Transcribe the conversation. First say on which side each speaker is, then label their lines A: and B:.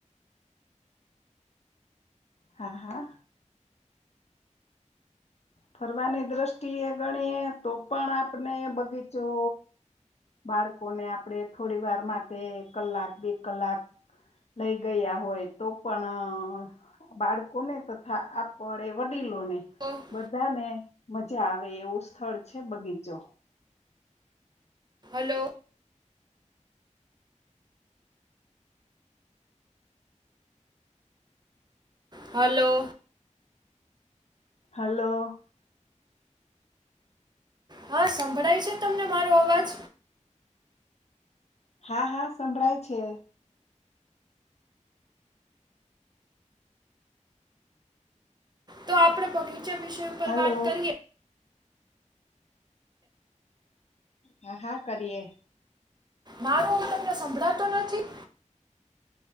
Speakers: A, on the left; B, on the right.
A: હા હા ફરવાની દ્રષ્ટિએ ગણે તો પણ આપને બગીચો બાળકોને આપણે થોડી વાર માટે કલાક બે કલાક. લઈ ગયા હોય તો પણ બાળકોને તથા આપણે એ વડીલોને
B: ઓફ
A: બધાને મજા આવે એવું સ્થળ છે બગીચો
B: હલો હલો
A: હલો
B: હા સંભળાય છે તમને મારો અવાજ
A: હા હા સંભળાય છે
B: તો આપડે બગીચા વિષય ઉપર
A: હાલો
B: વાત કરીએ
A: હા હા કરીે
B: મારો હું તમને સંભળાતો નથી